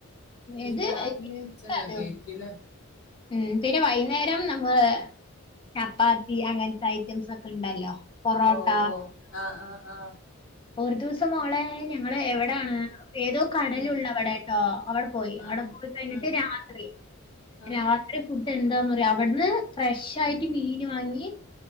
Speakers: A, on the left; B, on the left.
A: ഈ
B: ഇത്
A: രാവിലെ ഉച്ചക്കൊക്കെ
B: <unintelligible>
A: ആയിരിക്കുംല്ലേ
B: ഉം പിന്നെ വൈകുന്നേരം നമ്മള് ചപ്പാത്തി അങ്ങനത്തെ ഐറ്റംസ് ഒക്കെ ഉണ്ടല്ലോ? പൊറോട്ട
A: ഓ ഓ ആഹ് ആഹ് ആഹ്
B: ഒരു ദിവസം മോളെ ഞങ്ങൾ എവിടാണ് ഏതോ കടലുള്ള
A: ഉം
B: അവിടെട്ടോ അവിടെ പോയി. അവിടെ
A: ഉം
B: പോയി കഴിഞ്ഞിട്ട്
A: ആഹ്
B: രാത്രി
A: ആഹ് ആഹ്
B: രാത്രി ഫുഡ് എന്താന്ന് പറയാ അവിടുന്ന് ഫ്രഷ് ആയിട്ട്
A: ആഹ്
B: മീൻ വാങ്ങി.